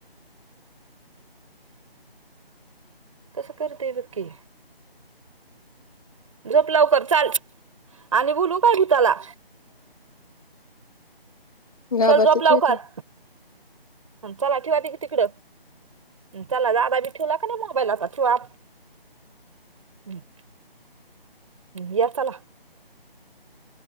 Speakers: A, on the right (about 35°); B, on the left (about 35°).
A: कसं करते बघ की झोप लवकर चाल आणि बोलू काय भूताला
B: घाबरतेत
A: चल जोप लावकर
B: व्हय ते?
A: चल आ ठेवा त तिकडं चला दादा बी ठेवला का नाही मोबाईलचा ठेवा ह् ह् या चला,,